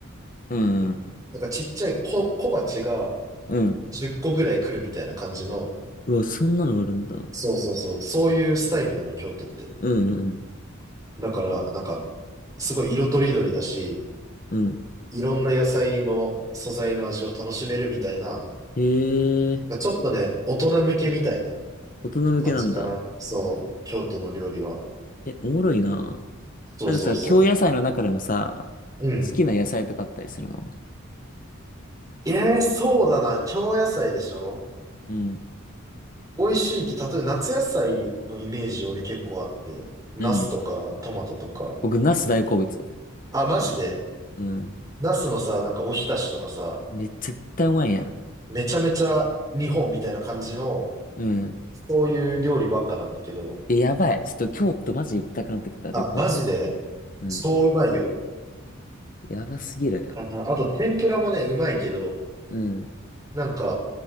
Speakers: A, on the left; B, on the right.
A: うんうん。
B: なんかちっちゃい小、小鉢が
A: うん
B: 10個ぐらい来るみたいな感じの、
A: うわ、そんなのがあるんだ。
B: そうそうそう、そういうスタイルなの、京都って。
A: うんうん
B: だから、なんか、すごい色とりどりだし、
A: うん。うん。
B: いろんな野菜の素材の味を楽しめるみたいな、
A: へえ、
B: なんかちょっとね、大人向けみたいな
A: 大人向けなんだ。
B: 感じかな。そう、京都の料理は。
A: え、おもろいな。
B: そうそうそう。
A: なんかさ、京野菜の中でもさ、
B: うん。
A: 好きな野菜とかあったりするの
B: ええそうだな。京野菜でしょ
A: うん。
B: 美味しいき、例えば夏野菜のイメージ俺結構あって、ナスとかトマトとか。
A: うん。僕、ナス大好物。
B: あ、マジで
A: うん。
B: ナスのさ、なんかおひたしとかさ、
A: め絶対うまいやん。
B: めちゃめちゃ日本みたいな感じの、
A: うん。
B: そういう料理ばっかなんだけど、
A: え、やばい。ちょっと京都マジ行きたくなってきた、
B: あ、
A: 旅行で。
B: マジで、
A: うん。
B: そううまいよ。
A: やばすぎる。
B: あの、あと天ぷらもね、うまいけど、
A: うん。
B: なんか、